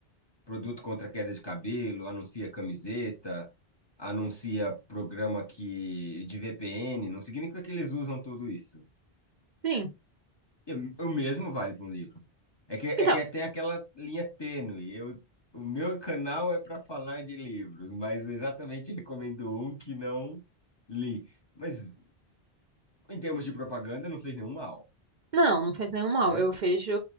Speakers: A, on the left; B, on the right.
A: produto contra queda de cabelo, anuncia camiseta, anuncia programa que de VPN, não significa que eles usam tudo isso.
B: sim.
A: E o mesmo vale para um livro. É que, é
B: Então,
A: que tem aquela linha tênue. Eu, o meu canal é para falar de livros, mas eu exatamente recomendo um que não li. Mas em termos de propaganda, não fez nenhum mal,
B: Não, não faz nenhum mal.
A: né?
B: Eu vejo,